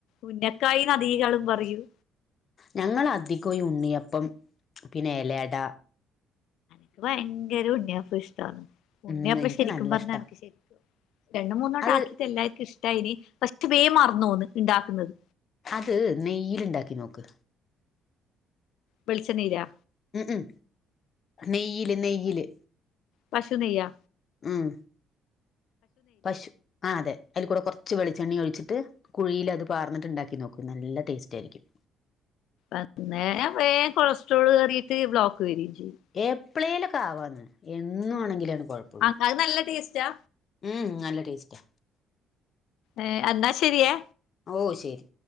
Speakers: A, on the left; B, on the left.
A: ഉന്നക്കായീന്നദീകാളും പറയും.
B: ഞങ്ങള അധികം ഈ ഉണ്ണിയപ്പം പിന്നെ എലയട
A: എനിക്കു ഭയങ്കരയുണ്ണിയപ്പയിഷ്ട്ടാണ്, ഉണ്ണിയപ്പം
B: ഉം എനിക്ക്
A: ശരിക്കും
B: നല്ല
A: പറഞ്ഞാ
B: ഇഷ്ടാ
A: എനക്ക് ശരിക്കും രണ്ട് മൂന്നോട്ട
B: അത്
A: ആക്കിയിട്ട് എല്ലാർക്കും ഇഷ്ടായീനി പക്ഷെ വേ മർന്നോന്ന് ണ്ടാക്ന്നത്.
B: അത് നെയ്യില്ണ്ടാക്കി നോക്ക്
A: വെളിച്ചെണ്ണീലാ
B: ഉം ഉം നെയ്യില് നെയ്യില്
A: പശു നെയ്യാ
B: ഉം പശു ആ അതെ അതിൽ കൂടെ കൊറ്ച്ച് വെളിച്ചെണ്ണിം ഒഴിച്ചിട്ട് കുഴീലത് പാർന്നിട്ട്ണ്ടാക്കി നോക്കു നല്ല ടേസ്റ്റായിരിക്കും.
A: അന്നേരം വേം കൊളസ്ട്രോൾ കേറിയിട്ട് ബ്ലോക്ക് വെരീം ചെയ്യും
B: എപ്പളേലൊക്കെ ആവാന്ന് എന്നു ആണെങ്കിലാണ് കുഴപ്പൊ
A: അ അത് നല്ല ടേസ്റ്റാ
B: ഉം നല്ല ടേസ്റ്റാ
A: ഏഹ് എന്നാ ശരിയേ
B: ഓ ശരി